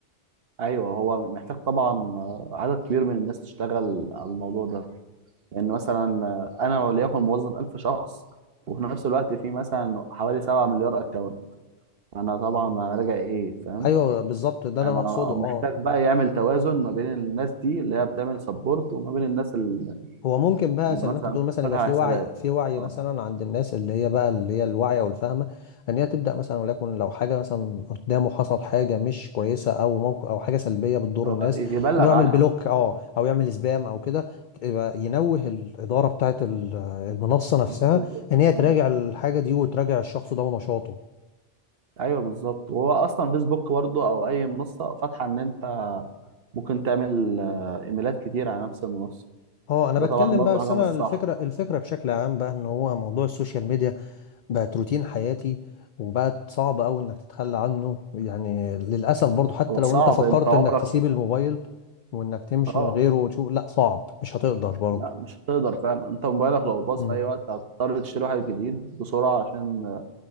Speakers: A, on the right; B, on the left.
A: ايوه هو محتاج طبعا آه، عدد كبير من الناس تشتغل على الموضوع ده لان مثلا آه، انا وليكن موظف 1000 شخص وفي نفس الوقت في مثلا حوالي 7 مليار اكونت انا طبعا راجع ايه فاهم
B: ايوه بالظبط ده اللي
A: انا
B: انا اقصده
A: محتاج
B: اه
A: بقى يعمل توازن ما بين الناس دي اللي هي بتعمل سبورت وما بين الناس اللي
B: هو ممكن بقى
A: اللي
B: زي
A: مثلا
B: ما انت بتقول مثلا
A: فاتحة
B: يبقى في
A: حسابات
B: وعي في وعي
A: اه
B: مثلا عند الناس اللي هي بقى اللي هي الواعيه والفاهمه ان هي تبدا مثلا وليكن لو حاجه مثلا قدامه حصل حاجه مش كويسه او موقف او حاجه سلبيه بتضر
A: اللي هو
B: الناس
A: يبلغ
B: انه يعمل
A: عنها
B: بلوك اه او يعمل سبام او كده يبقى ينوه الاداره بتاعت ال- المنصه نفسها
A: الفيسبوك
B: ان هي تراجع
A: مم.
B: الحاجه دي وتراجع الشخص ده ونشاطه
A: ايوه بالظبط وهو اصلا فيسبوك برضه او اي منصه فاتحه ان انت ممكن تعمل آه، ايميلات كتير على نفس المنصه
B: اه انا
A: ده
B: بتكلم
A: طبعا برضه
B: بقى بس
A: حاجه
B: انا
A: مش صح
B: الفكره الفكره بشكل عام بقى ان هو موضوع السوشيال ميديا بقت روتين حياتي وبقت صعب قوي انك تتخلى عنه يعني للاسف برضو حتى
A: هو
B: لو
A: صعب
B: انت فكرت
A: انت عمرك
B: انك تسيب الموبايل وانك تمشي
A: اه
B: من غيره وتشوف لا صعب مش هتقدر برضو
A: لا مش هتقدر فعلا انت موبايلك لو باظ
B: مم.
A: في اي وقت هتضطر تشتري واحد جديد بسرعه عشان